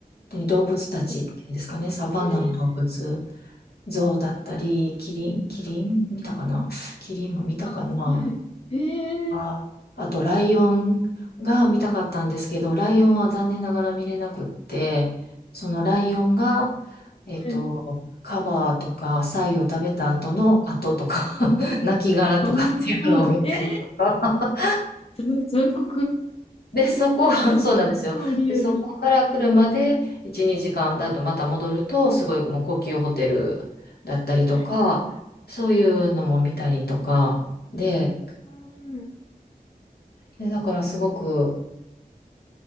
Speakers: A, on the left; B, on the left.
A: 本当に動物たちっていうんですかね、
B: は
A: サバンナの動物、
B: い。ええ
A: ゾウだったり、キリン、キリン見たかなキリンも見たかな
B: あ、はい。ええ
A: あ、あと、ライオンが見たかったんですけど、ライオンは残念ながら見れなくって、そのライオンが、えっと、
B: はい。
A: カバーとか、サイを食べた後の後とか、<laughs> 亡きとかっていうのを見たりとか。
B: あーはい。ええざ <laughs> 残酷。
A: で、そこ、
B: <laughs>
A: <laughs>
B: 超、
A: そうなんですよ。
B: 超リアル。
A: で、そこから車で1、2時間だとまた戻ると、すごいもう高級ホテルだったりとか、
B: はい。はい。
A: そういうのも見たりとか、
B: え
A: で、
B: ーうん。
A: で、だからすごく、